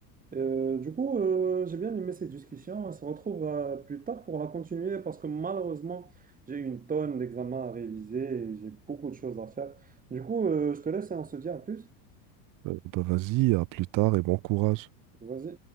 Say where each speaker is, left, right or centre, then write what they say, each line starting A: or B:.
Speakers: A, on the right (about 20°); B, on the right (about 45°).
A: Euh, du coup, euh, j'ai bien aimé cette discussion. On se retrouve euh, plus tard pour la continuer parce que malheureusement, j'ai une tonne d'examens à réviser et j'ai beaucoup de choses à faire. Du coup, euh, je te laisse et on se dit à plus.
B: Euh, bah vas-y, à plus tard et bon courage.
A: Vas-y.